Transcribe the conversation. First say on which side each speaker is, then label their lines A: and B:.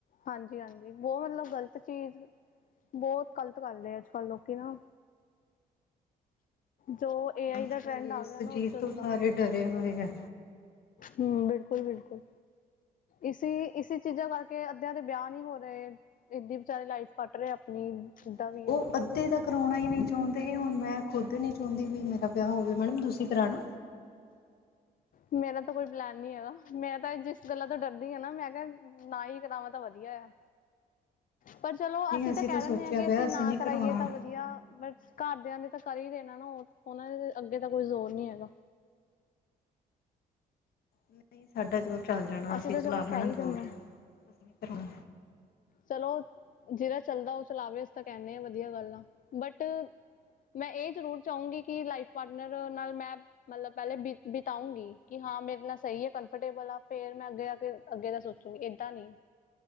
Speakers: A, on the left; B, on the left.
A: ਹਾਂਜੀ-ਹਾਂਜੀ, ਬਹੁਤ ਮਤਲਬ ਗ਼ਲਤ ਚੀਜ਼, ਬਹੁਤ ਗ਼ਲਤ ਕਰ ਰਹੇ ਅੱਜ ਕੱਲ ਲੋਕੀ ਨਾ। ਜੋ ਏ ਆਈ
B: ਅੱਜ-ਕੱਲ
A: ਦਾ ਟਰੈਂਡ
B: ਇਸ
A: ਆ ਗਿਆ ਨਾ ਉਹ
B: ਚੀਜ਼
A: ਜਦੋਂ
B: ਤੋਂ
A: ਦਾ
B: ਸਾਰੇ ਡਰੇ ਹੋਏ ਆ।
A: ਹੰ ਬਿਲਕੁਲ-ਬਿਲਕੁਲ, ਇਸੀ ਇਸੀ ਚੀਜ਼ਾਂ ਕਰਕੇ ਅੱਧਿਆ ਦੇ ਵਿਆਹ ਨਹੀਂ ਹੋ ਰਹੇ, ਏਦਾਂ ਬਚਾਰੇ ਲਾਈਫ ਕੱਟ ਰਹੇ ਆਪਣੀ। ਜਿੱਦਾਂ ਵੀ
B: ਉਹ
A: ਆ
B: ਅੱਧੇ ਤਾਂ ਕਰੋਣਾ ਹੀ ਨਹੀਂ ਚਾਹੁੰਦੇ। ਤੇ ਹੁਣ ਮੈਂ ਖੁਦ ਨੀ ਚਾਹੁੰਦੀ ਵੀ ਮੇਰਾ ਵਿਆਹ ਹੋਵੇ, ਮੈਡਮ ਤੁਸੀਂ ਕਰਾਉਣਾ?
A: ਮੇਰਾ ਤਾਂ ਕੋਈ ਪਲੈਨ ਨੀ ਹੈਗਾ, ਮੈਂ ਤਾਂ ਜਿਸ ਗੱਲਾਂ ਤੋਂ ਡਰਦੀ ਹਾਂ ਨਾ, ਮੈਂ ਕਿਹਾ ਨਾ ਹੀ ਕਰਾਵਾਂ ਤਾਂ ਵਧੀਆ ਆ। ਪਰ ਚਲੋ
B: ਨਹੀਂ
A: ਅਸੀਂ ਤਾਂ ਕਹਿ
B: ਸੋਚਿਆ
A: ਦਿੰਦੇ ਹਾਂ ਕਿ
B: ਵਿਆਹ
A: ਅਸੀਂ ਨਾ
B: ਨਹੀਂ ਕਰਾਉਣਾ
A: ਕਰਾਈਏ ਤਾਂ ਵਧੀਆ, ਬਟ ਘਰ ਵੱਡਿਆਂ ਨੇ ਤਾਂ ਕਰ ਹੀ ਦੇਣਾ ਨਾ। ਉਹ ਉਹਨਾਂ ਦੇ ਅੱਗੇ ਤਾਂ ਕੋਈ ਜ਼ੋਰ ਨੀ ਹੈਗਾ।
B: ਨਹੀਂ ਸਾਡਾ ਜੋਰ ਚੱਲ ਜਾਣਾ, ਅਸੀਂ
A: ਤਾਂ
B: ਚਲਾ
A: ਚਲੋ
B: ਲੈਣਾ
A: ਕਹਿ
B: ਜੋਰ
A: ਹੀ ਦਿੰਦੇ
B: । ਅਸੀ ਨਹੀਂ ਕਰਾਉਣਾ
A: ਚਲੋ, ਜਿਹੜਾ ਚੱਲਦਾ ਉਹ ਚਲਾਵੇ, ਅਸੀਂ ਤਾਂ ਕਹਿੰਦੇ ਆ ਵਧੀਆ ਗੱਲ ਆ ਬਟ ਮੈਂ ਇਹ ਜ਼ਰੂਰ ਚਾਹੂੰਗੀ ਕਿ ਲਾਈਫ ਪਾਰਟਨਰ ਨਾਲ ਮੈਂ ਮਤਲਬ ਪਹਿਲੇ ਬਿ ਬਿਤਾਊਂਗੀ ਕਿ ਹਾਂ ਮੇਰੇ ਨਾਲ ਸਹੀ ਆ, ਕੰਫਰਟੇਬਲ ਆ, ਫੇਰ ਮੈਂ ਅੱਗੇ ਜਾਕੇ, ਅੱਗੇ ਦਾ ਸੋਚੂਗੀ । ਏਦਾਂ ਨਹੀਂ